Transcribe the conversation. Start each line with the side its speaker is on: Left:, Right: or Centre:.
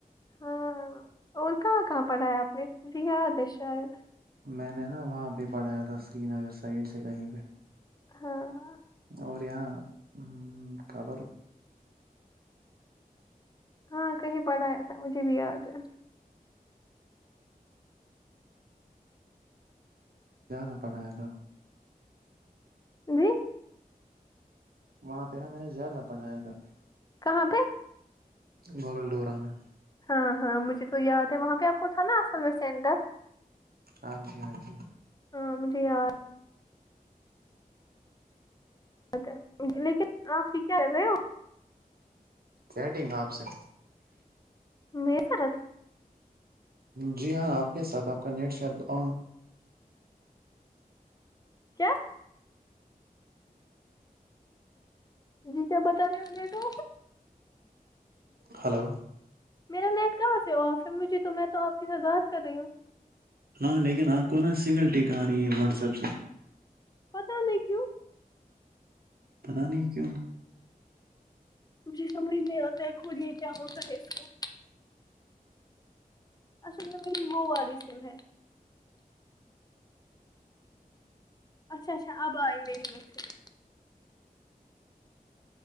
Left: ہاں اور کہاں کہاں پڑھا ہے آپ نے مجھے یاد ہے شاید
Right: میں نے نا وہاں پہ پڑھایا تھا سری نگر سائڈ سے کہیں پہ
Left: ہاں ہاں
Right: اور یہاں ام کبر
Left: ہاں کہیں پڑا ہے تھا مجھے بھی یاد ہے
Right: زیادہ پڑھایا تھا
Left: جی
Right: وہاں پہ نا میں نے زیادہ پڑھایا تھا
Left: کہاں پہ
Right: بغل ڈورا میں
Left: ہاں ہاں مجھے تو یاد ہے وہاں پہ آپ کو تھا نا اصل میں سینٹر
Right: ہاں جی ہاں جی
Left: ہاں مجھے یاد یاد ہ لیکن آپ کی کرہے ہو
Right: چیٹگ آپ سے
Left: میرے ساتھ
Right: جی ہاں آپ کے ساتھ آپ کا نیٹ شاید آن
Left: کیا جی کیا بتا رہے ہو بی تو
Right: ہلو
Left: میرا نیٹ کہاں سے آف ہے مجھے تو میں تو آپ کے ساتھ بات کر رہی ہوں
Right: ہاں لیکن آپ کو نا سنگل ٹیک آ رہی ہے واٹس ایپ سے
Left: پتا نہیں کیوں
Right: پتا نہیں کیوں
Left: مجھے سمجھ نہیں آتا ہے خود یہ کیا ہوتا ہے اس کو اصل میں میری وہ والی سم ہے اچھا اچھا اب آئی میری مشین